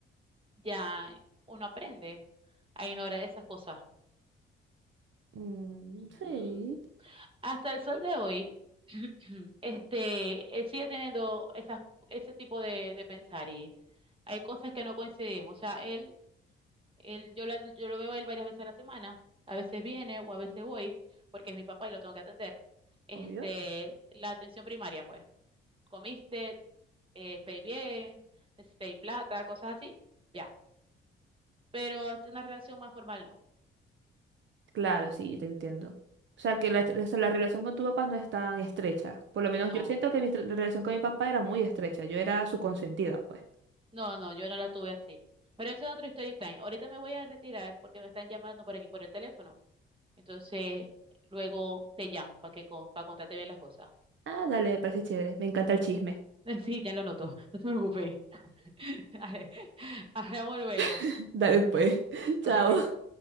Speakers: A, on the right; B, on the right.
A: ya uno aprende a ignorar esas cosas.
B: Mm,
A: Ujú.
B: sí,
A: Hasta el sol de hoy, <clears throat> este, él sigue teniendo esas, ese tipo de, de pensar y hay cosas que no coincidimos. O sea, él, él, yo, la- yo lo veo a él varias veces a la semana. A veces viene o a veces voy porque es mi papá y lo tengo que atender. Este,
B: obvio.
A: la atención primaria, pues. Comiste, eh, estáis bien, necesitáis plata, cosas así, ya. Pero es una relación más formal, no.
B: Claro, sí, yo te entiendo. O sea, que la, o sea, la relación con tu papá no es tan estrecha. Por lo menos
A: No.
B: yo siento que mi estre- relación con mi papá era muy estrecha. Yo era su consentida, pues.
A: No, no, yo no la tuve así. Pero eso es otro story time. Ahorita me voy a retirar porque me están llamando por aquí por el teléfono. Entonces, luego te llamo para que con- para contarte bien las cosas.
B: Ah, dale, me parece chévere. Me encanta el chisme.
A: <laughs> Sí, ya lo noto. No te preocupes. <laughs> Dale, Hablamos luego.
B: <laughs> Dale,
A: <laughs>
B: pues. <laughs>
A: Bye.
B: Chao.